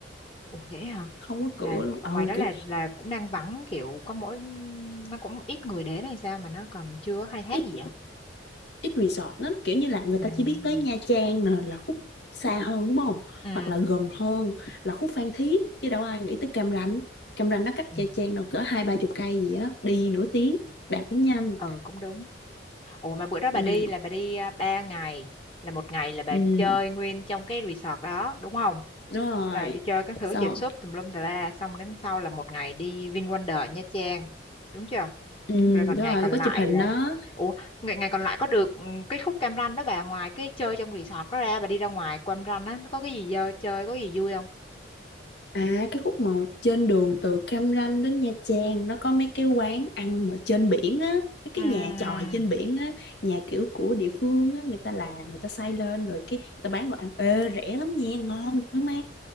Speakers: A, on the left (about 30°); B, on the left (about 60°).
A: ủa vậy hả
B: không có
A: là
B: cửa luôn
A: ngoài
B: ồ
A: đó
B: kiểu
A: là là cũng đang vắng kiểu có mỗi nó cũng ít người đến hay sao mà nó còn chưa có khai thác
B: ít
A: gì vậy
B: ít resort lắm kiểu như là người
A: à
B: ta chỉ biết tới Nha Trang nè là khúc xa hơn đúng không
A: ừ
B: hoặc là gần hơn là khúc Phan Thiết chứ đâu ai nghĩ tới Cam Ranh Cam Ranh nó cách
A: ừ
B: Nha Trang đâu cỡ hai ba chục cây gì á đi nửa tiếng đạp cũng nhanh
A: ừ cũng đúng Ủa mà bữa đó bà
B: ừ,
A: đi là bà đi à, ba ngày, là một ngày là bà
B: ừ
A: chơi nguyên trong cái resort đó đúng không?
B: đúng rồi
A: Là đi chơi các thứ
B: sao
A: chèo súp tùm lum tà la, xong đến sau là một ngày đi VinWonder Nha Trang, đúng chưa?
B: ừ
A: Rồi còn
B: đúng rồi
A: ngày còn
B: có
A: lại
B: chụp hình
A: là
B: đó
A: Ủa, ngày, ngày còn lại có được ừ, cái khúc Cam Ranh đó bà ngoài cái chơi trong resort đó ra bà đi ra ngoài Cam Ranh á nó có cái gì dơ chơi có gì vui không?
B: À cái khúc mà trên đường từ Cam Ranh đến Nha Trang nó có mấy cái quán ăn mà trên biển á, mấy cái
A: Ừm,
B: nhà chòi trên biển á, nhà kiểu của địa phương á, người ta làm, người ta xây lên rồi cái người ta bán đồ ăn ê rẻ lắm nha, ngon nữa má.